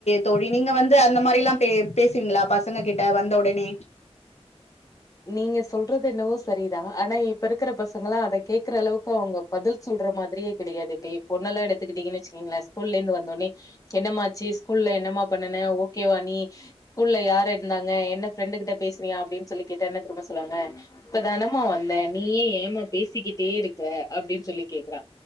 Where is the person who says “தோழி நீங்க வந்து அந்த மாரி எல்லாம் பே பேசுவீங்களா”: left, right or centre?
Left